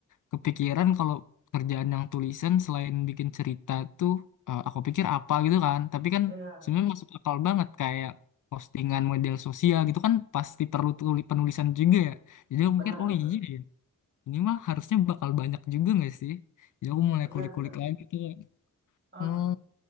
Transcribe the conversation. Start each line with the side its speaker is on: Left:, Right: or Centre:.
Left: kepikiran kalau kerjaan yang tulisan selain bikin cerita tuh eh, aku pikir apa gitu kan. Tapi kan
Right: Iya,
Left: sebenarnya masuk akal banget kayak postingan model sosial gitu kan pasti perlu tuli- penulisan juga ya. Jadi aku
Right: benar,
Left: mikir oh iya ya. Ini mah harusnya bakal banyak juga nggak sih? Jadi aku mulai
Right: benar.
Left: kulik-kulik lagi tuh.
Right: Ah,
Left: Hmm,